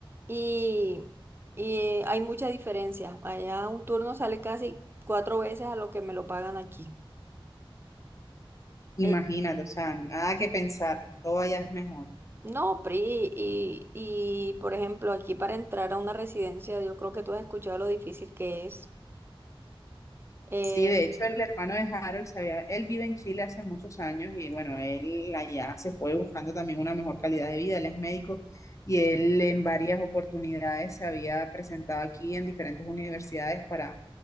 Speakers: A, on the right (about 25°); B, on the left (about 35°).
A: Y, y, eh, hay mucha diferencia. Allá un turno sale casi cuatro veces a lo que me lo pagan aquí.
B: imagínate,
A: Eh,
B: o sea, nada que pensar, todo allá es mejor.
A: No, Pri, y, y por ejemplo, aquí para entrar a una residencia, yo creo que tú has escuchado lo difícil que es eh,
B: Sí, de hecho el hermano de Harold se había- él vive en Chile hace muchos años y bueno, él allá se fue buscando también una mejor calidad de vida, él es médico y él en varias oportunidades se había presentado aquí en diferentes universidades para,